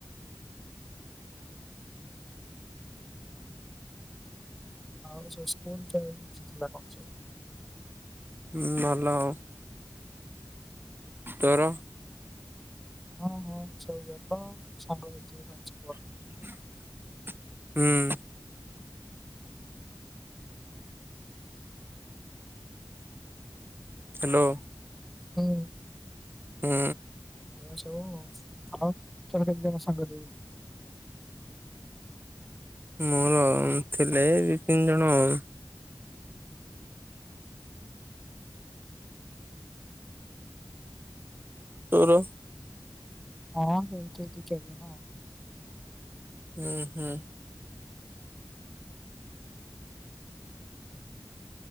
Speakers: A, in the centre; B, on the right.
A: ଆଉ ସ୍କୁଲ <unintelligible>
B: ହୁଁ ଭଲ ଆଉ। ତୋର?
A: ହଁ ହଁ ସବୁ ଭଲ ସାଙ୍ଗ <unintelligible>
B: ହୁଁ। ହାଲୋ।
A: ହୁଁ।
B: ହୁଁ।
A: <unintelligible>
B: ମୋର ଥିଲେ ଦି ତିନି ଜଣ ଆଉ। ତୋର?
A: ହଁ ସେଇ ଦି ଚାରି ଜଣ ଆଉ।
B: ଉଁ ହୁଁ।